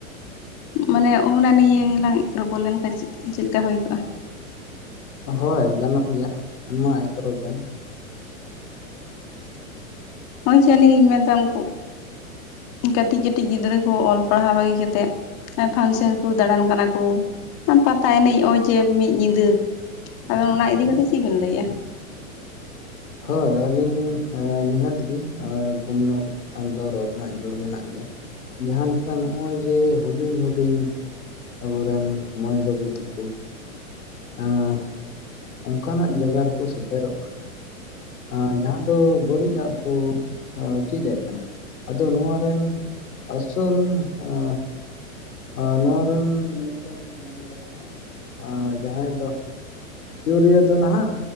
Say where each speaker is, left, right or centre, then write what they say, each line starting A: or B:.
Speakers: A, on the left; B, on the left.
A: ᱢᱟᱱᱮ ᱚᱱᱟ ᱱᱤᱭᱮ ᱞᱟᱝ ᱨᱚᱯᱚᱲ ᱞᱮᱱᱠᱷᱟᱱ ᱪᱮ ᱪᱮᱫ ᱞᱮᱠᱟ ᱦᱩᱭ ᱠᱚᱜ <inaudible>
B: ᱦᱳᱭ ᱜᱟᱱᱚᱜ ᱜᱮᱭᱟ ᱢᱟ ᱮᱛᱚᱦᱚᱵ ᱵᱮᱱ
A: ᱱᱚᱜᱼᱚᱭ ᱡᱮ ᱟᱹᱞᱤᱧ ᱞᱤᱧ ᱢᱮᱱᱫᱟ ᱩᱱᱠᱩ ᱠᱟᱹᱴᱤᱡ ᱠᱟᱹᱴᱤᱡ ᱜᱤᱫᱽᱨᱟᱹ ᱠᱚ ᱚᱞ ᱯᱟᱲᱦᱟᱣ ᱵᱟᱹᱜᱤ ᱠᱟᱛᱮᱫ ᱯᱷᱟᱱᱥᱮᱱ ᱠᱚ ᱫᱟᱬᱟᱱ ᱠᱟᱱᱟ ᱠᱚ ᱯᱟᱛᱟ ᱮᱱᱮᱡ ᱱᱚᱜᱼᱚᱭ ᱡᱮ ᱢᱤᱫ ᱧᱤᱫᱟᱹ ᱟᱫᱚ ᱚᱱᱟ ᱤᱫᱤ ᱠᱟᱛᱮ ᱪᱮᱫ ᱵᱮᱱ ᱞᱟᱹᱭᱮᱜᱼᱟ
B: ᱦᱳᱭ ᱟᱹᱞᱤᱧ ᱱᱤᱦᱟᱹᱛ ᱜᱮ ᱮᱸᱻ ᱜᱚᱢᱱᱚ ᱠᱷᱟᱱ ᱫᱚ ᱨᱚᱲ ᱨᱮᱱᱟᱜ ᱡᱟᱹᱲ ᱢᱮᱱᱟᱜ ᱜᱮᱭᱟ ᱡᱟᱦᱟᱸ ᱞᱮᱠᱟ ᱱᱚᱜᱼᱚᱭ ᱡᱮ ᱦᱩᱰᱤᱧ ᱦᱩᱰᱤᱧ ᱟᱵᱩᱨᱮᱱ ᱢᱟᱹᱭ ᱵᱟᱹᱵᱩ ᱛᱟᱠᱚ ᱮᱸᱻ ᱚᱱᱠᱟᱱᱟᱜ ᱡᱟᱜᱟ ᱨᱮᱠᱚ ᱥᱮᱴᱮᱨᱚᱜ ᱠᱟᱱᱟ ᱮᱸᱻ ᱡᱟᱦᱟᱸ ᱫᱚ ᱵᱟᱹᱲᱤᱡ ᱟᱜ ᱠᱚ ᱪᱮᱫ ᱮᱫ ᱠᱟᱱᱟ ᱟᱫᱚ ᱱᱚᱣᱟ ᱨᱮᱱ ᱟᱥᱚᱞ ᱦᱚᱸᱻ ᱦᱮᱸ ᱱᱚᱣᱟ ᱨᱮᱱ ᱢᱤᱫᱴᱮᱱ ᱢᱮᱱ ᱜᱟᱱᱚᱜᱼᱟ ᱡᱟᱦᱟᱸᱭ ᱫᱚ ᱤᱭᱩᱨᱤᱭᱟᱹ ᱫᱚ ᱱᱟᱦᱟᱜ